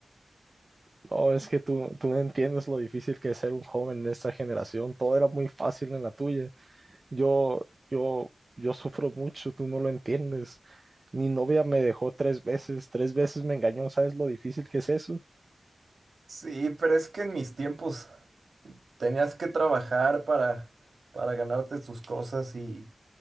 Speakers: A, on the right; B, on the right.
A: No, es que tú, tú no entiendes lo difícil que es ser un joven en esta generación. Todo era muy fácil en la tuya. Yo, yo, yo sufro mucho, tú no lo entiendes. Mi novia me dejó tres veces, tres veces me engañó, ¿sabes lo difícil que es eso?
B: Sí, pero es que en mis tiempos tenías que trabajar para, para ganarte tus cosas y,